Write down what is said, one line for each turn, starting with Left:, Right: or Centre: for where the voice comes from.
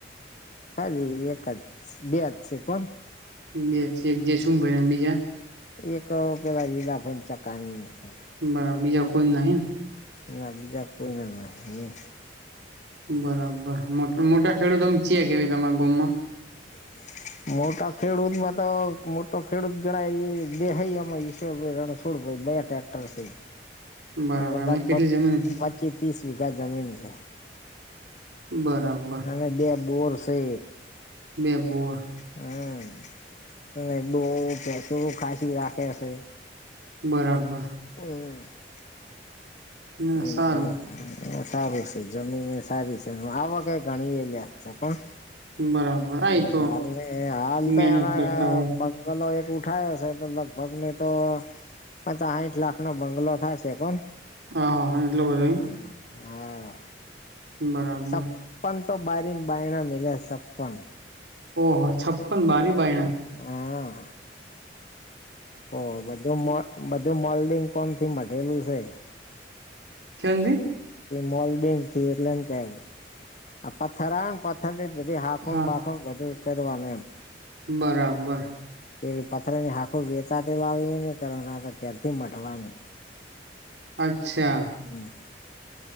Left: ખાલી એક જ, બે જ સે કોણ.
Right: બે <unintelligible> બીજા
Left: એક પેલા લીલા ભાઈન ચકાની હશે.
Right: બરાબર બીજા કોઈ નહીન?
Left: ના બીજા કોઈ ના નહિં. <inaudible>
Right: બરાબર. મોટ મોટા ખેડૂતમ ચે કેવા તમાર ગમમાં.
Left: <inaudible> મોટા ખેડૂતમાં તો મોટો ખેડૂત ગણાય ઈ દેહાઈ એમાં ઈશ્વરભાઈ રણ છોડ ભાઈ બે ટક્ટર સે,
Right: બરાબર
Left: અને
Right: એમને
Left: લગભગ
Right: કેટલી જમીન છે
Left: પ ચી તીસ વીઘા જમીન સે.
Right: બરાબ.
Left: અને બે બોર સે.
Right: બે બોર
Left: હમ્મ. અને <unintelligible> રાખે સે.
Right: બરાબર.
Left: <inaudible>
Right: ના
Left: એમ
Right: સારું
Left: તો સારું છે જમીન એ સારી છે આ વ કઈ ગણી એ લ્યાશે પણ
Right: બરાબર આ તો
Left: હ અાલ હાલ
Right: મહેનત
Left: તો એના
Right: કરતા હોય
Left: બ ગલો એક ઉઠાવ છે તો લગભગ ની તો પ આઠ લાખ નો બંગલો થાય છે પણ
Right: હાાા એટલું બધા
Left: હ હા
Right: બરાબર
Left: સબ પણ તો બારીક બાાયણ મિલ સપપન
Right: ઓહ છપ્પન બારી બાઈણ
Left: હા ઓ બધું બધું મોલ્ડિંગ કોણ થી મટેલું છે
Right: ક્ષમી
Left: મોલ્ડિંગ થી એટલે એમ કેમ આ પથ્થર આવે ને પથ્થર ની બધી હાખું
Right: હા
Left: બાખો બધું કરવાનું એમ
Right: બરાબર
Left: પે પથર ની હાખું વેચ કર કેથી મટવાની
Right: અચ્છા
Left: હમ